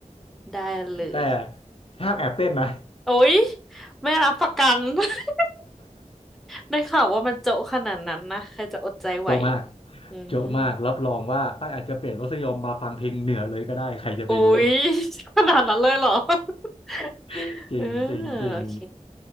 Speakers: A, in the centre; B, on the left.
A: ได้เลย
B: <laughs> แต่ห้ามแอบเต้นนะ
A: โอ๊ยไม่รับประกัน <laughs> ได้ข่าวว่ามันโจ๊ะขนาดนั้นนะใครจะอดใจไหว
B: <laughs> โจ๊ะมาก
A: อืม
B: โจ๊ะมากรับรองว่าป้ายอาจจะเปลี่ยนรสนิยมมาฟังเพลงเหนือเลยก็ได้ใครจะไปรู้
A: อุ๊ย <laughs> ขนาดนั้นเลยเหรอ <laughs>
B: <laughs> จริงจริงจริง
A: เออโอเค